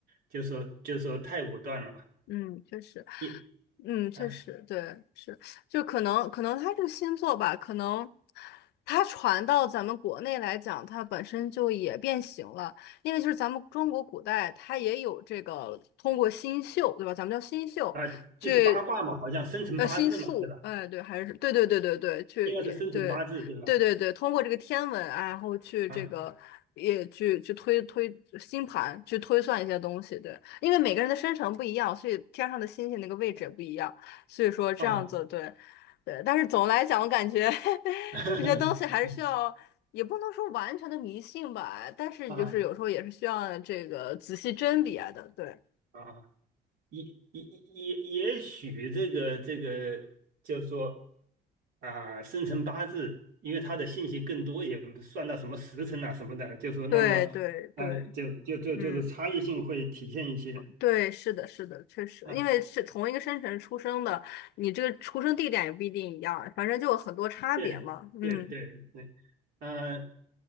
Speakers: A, on the right; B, on the left.
A: 就说就说太武断了吧？
B: 嗯，确实，
A: 你
B: 嗯，确实，
A: 啊
B: 对，是，就可能可能它这个星座吧，可能它传到咱们国内来讲，它本身就也变形了，因为就是咱们中国古代它也有这个通过星宿，对吧？咱们叫星宿，
A: 啊，就是八卦嘛，
B: 去
A: 好像生辰八字嘛，
B: 呃星宿，
A: 对吧？
B: 哎，对，还是对对对对对，去也对，
A: 应该是生辰八字对吧？
B: 对对对，通过这个天文啊，然后去这个也去去推推星盘，
A: 啊
B: 去推算一些东西。对，因为每个人的生辰不一样，所以天上的星星那个位置也不一样，所以说这样子，
A: 啊
B: 对对。但是总的来讲，我感觉 <laughs>
A: <laughs>
B: 这些东西还是需要，也不能说完全的迷信吧，但是就是有时候也是需要这个仔细甄别的。
A: 啊
B: 对
A: 啊！也也也也许这个这个，就是说啊，生辰八字，因为它的信息更多，也不算到什么时辰啊什么的，就说那么，
B: 对对对，
A: 呃，就就就就是差异性会体现一些
B: 嗯。对，是的，是的，确实，
A: 啊。
B: 因为是同一个生辰出生的，你这个出生地点也不一定一样，反正就有很多差别嘛。
A: 对对对对，
B: 嗯，
A: 呃，